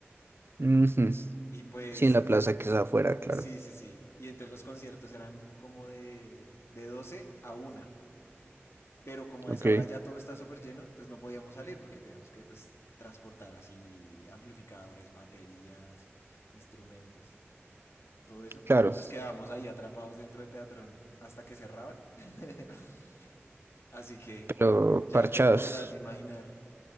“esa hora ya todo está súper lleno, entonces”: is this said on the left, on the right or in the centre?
Left